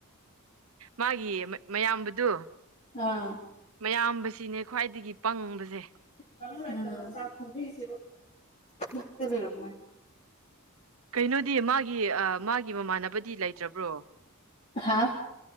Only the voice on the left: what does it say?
ꯑꯥ
<unintelligible>
ꯍꯥ